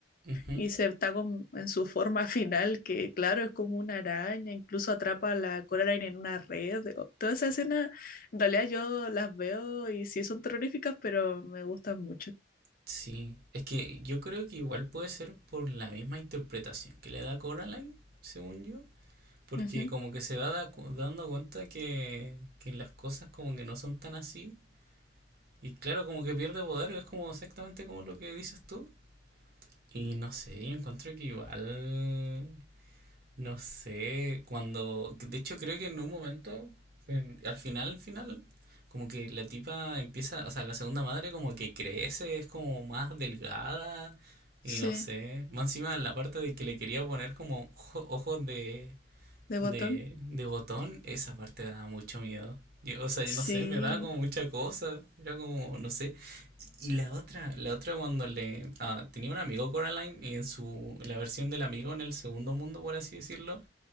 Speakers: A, on the right; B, on the left.
A: Ujú.
B: y se está con- en su forma <laughs> final, que claro, es como una araña, incluso atrapa a la Coraline en una red. O- Toda esa escena, en realidad yo las veo y sí son terroríficas, pero me gustan mucho.
A: Sí, es que yo creo que igual puede ser por la misma interpretación que le da Coraline, según yo, porque
B: Ujú.
A: como que se va da- cu- dando cuenta que, que las cosas como que no son tan así, y claro, como que pierde poder, es como exactamente como lo que dices tú, y no sé, yo encuentro que igual No sé, cuando... De hecho, creo que en un momento, en- al final, al final, como que la tipa empieza, o sea, la segunda madre como que crece, es como más delgada y
B: Sí,
A: no sé. Más encima la parte de que le quería poner como ojo- ojos de
B: de
A: de,
B: botón.
A: de botón, esa parte daba mucho miedo. Yo, o sea, yo no
B: Sí,
A: sé, me daba como mucha cosa. Era como, no sé. Y la otra, la otra cuando le... ah, tenía un amigo Coraline y en su, la versión del amigo en el segundo mundo, por así decirlo,